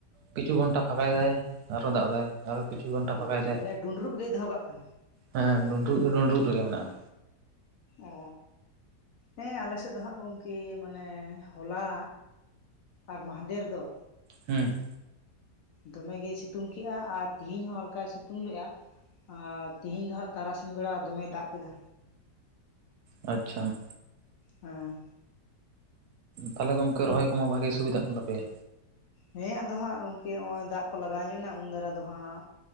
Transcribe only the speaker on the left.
ᱚ
ᱢᱟᱱᱮ
ᱰᱩᱸᱰᱨᱩᱜ ᱜᱮᱭ ᱫᱚᱦᱚ ᱠᱟᱜ ᱠᱟᱱᱟ?
ᱚ ᱦᱮᱸ, ᱟᱞᱮᱥᱮᱫ ᱫᱚ ᱦᱟᱸᱟᱜ ᱜᱚᱝᱠᱮ, ᱢᱟ ᱱᱮ ᱦᱚᱞᱟ ᱟᱨ ᱢᱟᱦᱫᱮᱨ ᱫᱚ
ᱫᱚᱢᱮᱜᱮᱭ ᱥᱤᱛᱩᱝ ᱠᱮᱜᱼᱟ ᱟᱨ ᱛᱮᱤᱦᱤᱧ ᱦᱚᱸ ᱦᱟᱞᱠᱟᱭ ᱥᱤᱛᱩᱝ ᱞᱮᱜᱼᱟ᱾ ᱟᱨ ᱛᱤᱦᱤᱧ ᱫᱚ ᱦᱟᱸᱜ ᱛᱟᱨᱟᱥᱤᱧ ᱵᱮᱲᱟ ᱫᱚᱢᱮᱭ ᱫᱟᱜ ᱠᱮᱫᱟ᱾
ᱦᱮᱸ᱾
ᱦᱮᱸ ᱟᱫᱚ ᱦᱟᱸᱜ ᱜᱚᱝᱠᱮ ᱦᱚᱜ-ᱚᱭ ᱫᱟᱜ ᱠᱚ ᱞᱟᱜᱟᱣ ᱧᱚᱜᱱᱟ ᱩᱱ ᱫᱟᱨᱟ ᱫᱚ ᱦᱟᱸᱜ